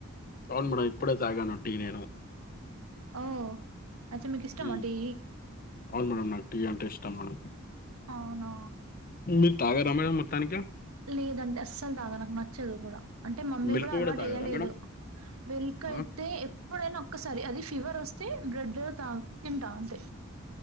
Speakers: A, on the left (about 40°); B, on the right (about 80°).
A: అవును మేడం ఇప్పుడే తాగాను టీ నీను
B: ఓ అచ్చా మీకు ఇష్టమా
A: మ్మ్
B: టీ
A: అవును మేడం నాకు టీ అంటే ఇష్టం మేడం
B: అవునా
A: మీరు తాగార మేడం మొత్తానికి
B: లేదండి అస్సల్ తాగాను నాకు నచ్చదు కూడా అంటే మమ్మీ
A: మిల్క్
B: కూడా అలవాటు
A: తాగారా
B: ఎయ్యాలేదు
A: మేడం
B: మిల్క్ అయితే
A: మ్మ్
B: ఎప్ ఇప్పుడైనా ఒక్కసారి అది ఫీవర్ వస్తే బ్రెడ్ తా తింటా అంతే